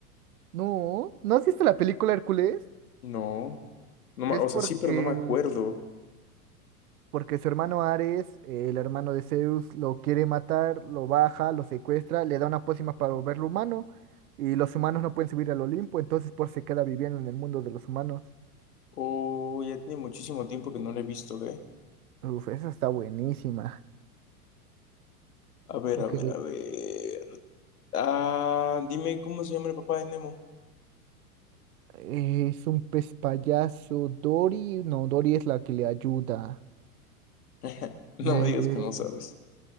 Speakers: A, on the right (about 70°); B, on the left (about 75°).
A: No, ¿no has visto la película Hércules?
B: No. No, ma-
A: Es
B: o sea,
A: porque,
B: sí, pero no me acuerdo.
A: porque su hermano Ares, eh, el hermano de Zeus, lo quiere matar, lo baja, lo secuestra, le da una pócima para volverlo humano y los humanos no pueden subir al Olimpo, entonces por se queda viviendo en el mundo de los humanos.
B: Oh, ya tiene muchísimo tiempo que no la he visto, ¿eh?
A: Uf, esa está buenísima.
B: A ver,
A: Ok.
B: a ver, a ver. Ah, dime cómo se llama el papá de Nemo.
A: Es un pez payaso. Dory, no, Dory es la que le ayuda.
B: <laughs> No
A: Eh,
B: me digas que no sabes.